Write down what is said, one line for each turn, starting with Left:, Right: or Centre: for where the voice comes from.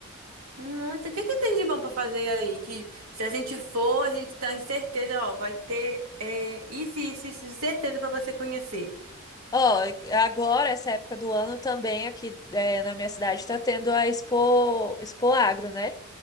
Right: nossa, o que que tem de bom pra fazer aí? Que se a gente for, a gente tá em certeza, ó, vai ter é, isso, isso, isso, de certeza pra você conhecer.
Left: Ó, agora, essa época do ano também aqui é, na minha cidade tá tendo a Expo, Expo Agro, né?